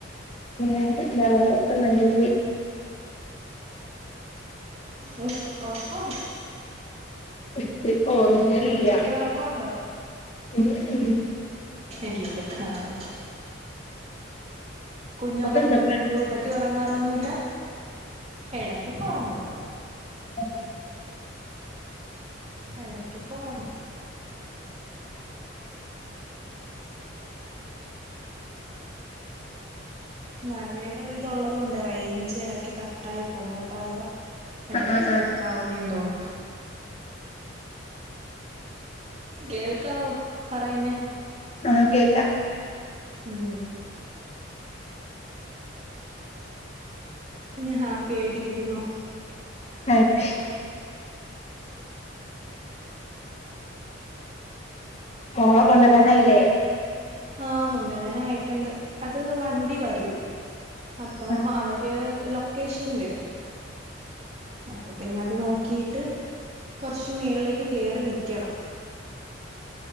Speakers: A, on the left; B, on the right.
A: വേറെന്താ വേറൊക്കെ നല്ലഹ്
B: ഉണ്ട് ഒറക്കവുണ്ടോ?
A: ഇപ്പിപ്പം ഒറെങ്ങലില്ല.
B: ഉച്ചക്ക് ഉറക്കമുണ്ടോ
A: ഉമ് ഊമ്
B: ഇല്ലല്ലേ ആഹ് കുഞ്ഞു ഉറങ്ങുമ്പോ
A: അവടെന്താ
B: കുഞ്ഞിന്റെ കൂട്ടത്തി ഉറങ്ങാറൊന്നു ഇല്ല എടക്കൊക്കെ ഉറങ്ങൂട്ടോ
A: <unintelligible>
B: എടയ്ക്കൊക്കൊറ മഴയുടെ ഒരിതുള്ളത് കൊണ്ട് റേയ്ഞ്ച് എടക്ക് കട്ടായി പോവും കേട്ടോ അതാ എടയ്ക്ക്
A: ആഹ്
B: സ്റ്റക്കാവുന്നേന്ന്
A: ആഹ്
B: തോന്ന. കേൾക്കാവോ പറയുന്നേ?
A: ആഹ് കേക്കാം
B: ഉം പിന്നെ ഹാപ്പി ആയിട്ടിരിക്കുന്നു.
A: ഹാപ്പി മോള കൊണ്ടരാനായി ലേ?
B: ആഹ് കൊണ്ട് വരാനായിട്ടുണ്ട് അത് വണ്ടി വരും. അപ്പം
A: ആഹ്
B: അവര് ലൊക്കേഷൻ വിടും അപ്പം പിന്നെ അത് നോക്കിയിട്ട് കുറച്ച് മേളിലേക്ക് കേറി നിക്കണം.